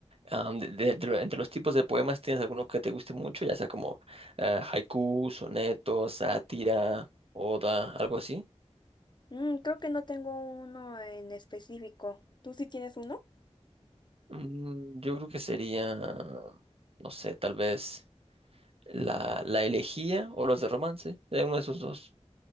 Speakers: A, on the right (about 55°); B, on the left (about 40°).
A: Am, de- de- de lo- entre los tipos de poemas, ¿tienes alguno que te guste mucho? Ya sea como eh, haiku, soneto, sátira, oda, algo así.
B: Mm, creo que no tengo uno en específico. ¿Tú sí tienes uno?
A: Mm, yo creo que sería, no sé, tal vez la, la elegía o los de romance, de uno de esos dos.